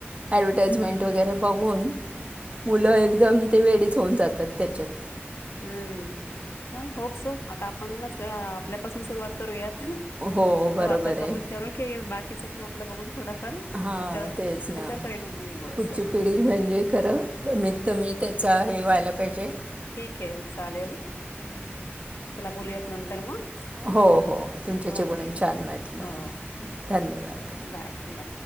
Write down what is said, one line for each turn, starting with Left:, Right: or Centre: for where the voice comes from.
Right: ॲडव्हटाईजमेंट
Left: हं.
Right: वगैरे बघून मुलं एकदम ते वेडीच होऊन जातात त्याच्यात.
Left: हम्म होप सो आता आपणच आपल्यापासून सुरुवात करूयात.
Right: हो
Left: त्याचा
Right: बरोबर
Left: वापर
Right: आहे
Left: कमी करून की बाकीचे पण आपला बघून थोड करू
Right: हां
Left: त्याच्यावर त्यांच्यावर
Right: तेच ना
Left: परिणाम होईल. बुवा असं.
Right: पुढची पिढी म्हणजे खरं कमीत
Left: हं,
Right: कमी त्याचा हे व्हायला पाहिजे
Left: ठीक आहे चालेल. चला बोलूयात नंतर मग हम्म
Right: हो हो तुमच्याशी
Left: ओके
Right: बोलून छान वाटलं
Left: हो.
Right: धन्यवाद.
Left: Bye bye.